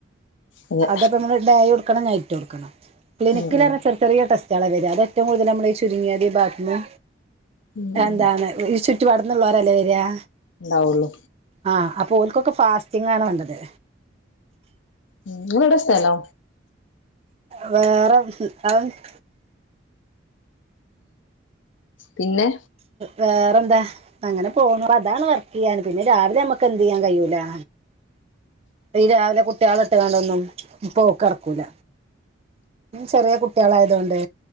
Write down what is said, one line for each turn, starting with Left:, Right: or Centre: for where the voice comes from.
Left: അതെ
Right: അതപ്പ നമ്മ ഡേയും എടുക്കണം നൈറ്റും ഇട്ക്കണം ക്ലിനിക്കിൽ
Left: ഉം ഉം
Right: ഏറെ ചെറിയചെറിയ ടെസ്റ്റ്‌ <unintelligible> അതെറ്റവും കൂടുതല് നമ്മളി ചുരുങ്ങിയതി ബാഗത്ത്ന്ന്
Left: ഉം
Right: അയെന്താണ്
Left: ഉം
Right: ഈ ചു ചുറ്റു പാട്ന്ന്ള്ളോരലേ വെരുവാ?
Left: ഉണ്ടാവുള്ളൂ
Right: ആ ഓൾക്കൊക്ക ഫാസ്റ്റിംങ് ആണ് വേണ്ടത്.
Left: ഉം നിങ്ങളെവിട സ്ഥലോ?
Right: വേറെ <unintelligible>
Left: പിന്നെ?
Right: വേറെന്താ അങ്ങനെ പോന്നു അതാണ് വർക്ക് ചെയ്യാഞ്ഞത് പിന്നെ രാവിലെ നമ്മക്ക് എന്ത്‌ ചെയ്യാൻ കഴിയൂലാ? ഈ രാവിലെ കുട്ടികള ഇട്ട്കണ്ടൊന്നും പോക്ക്‌ നടക്കൂല ചെറിയ കുട്ട് കുട്ടികളായതുകൊണ്ടെ